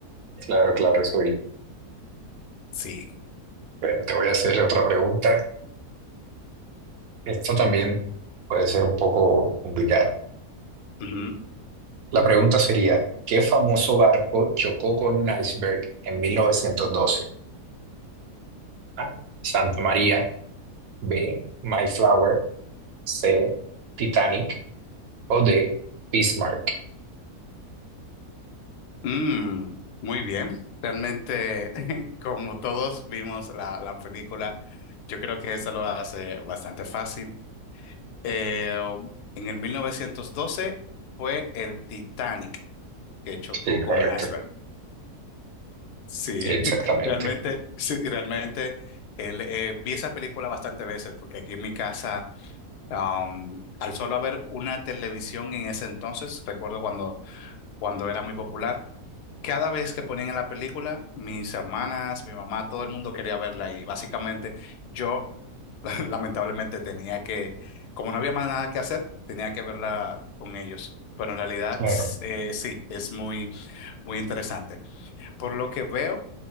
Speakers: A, on the right (about 70°); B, on the left (about 80°).
A: claro, claro, eso vi.
B: Sí.
A: Bueno, te voy a hacer otra pregunta. Esta también
B: Ujú,
A: puede ser un poco complicada.
B: ujú.
A: La pregunta sería, ¿qué famoso barco chocó con un iceberg en 1912? A, Santa María, B, Mayflower, C, Titanic o D, Bismarck.
B: Mm, muy bien. Realmente, <laughs> como todos vimos la, la película, yo creo que eso lo hace bastante fácil. Eh, en el 1912 fue el Titanic que chocó
A: Sí,
B: con
A: correcto,
B: un iceberg. Sí,
A: exactamente.
B: <laughs> realmente, sí, realmente el, eh, vi esa película bastantes veces porque aquí en mi casa, um, al solo haber una televisión en ese entonces, recuerdo cuando, cuando era muy popular Cada vez que ponían en la película, mis hermanas, mi mamá, todo el mundo quería verla y básicamente yo <laughs> lamentablemente tenía que, como no había más nada que hacer, tenía que verla con ellos. Pero en realidad
A: Claro.
B: eh, sí, es muy, muy interesante. Por lo que veo,